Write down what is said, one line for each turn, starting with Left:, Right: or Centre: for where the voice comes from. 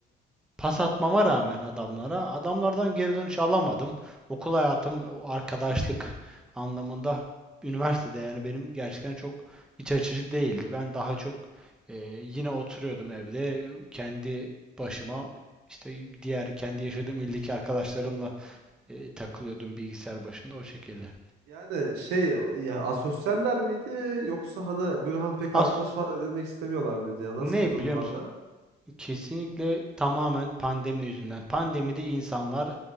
Centre: pas atmama rağmen adamlara adamlardan geri dönüş alamadım okul hayatım, arkadaşlık anlamında üniversitede yani benim gerçekten çok iç açıcı değildi. Ben daha çok e, yine oturuyordum evde kendi başıma işte diğer kendi yaşadığım ildeki arkadaşlarımla e, takılıyordum bilgisayar başında o şekilde.
Right: Yani şey ya asosyaller miydi yoksa hani böyle hani pek
Centre: Az
Right: arkadaş falan edinmek istemiyorlar mıydı ya? Nasıl
Centre: ne
Right: bir durum
Centre: biliyor
Right: vardı?
Centre: musun? Kesinlikle tamamen pandemi yüzünden. Pandemide insanlar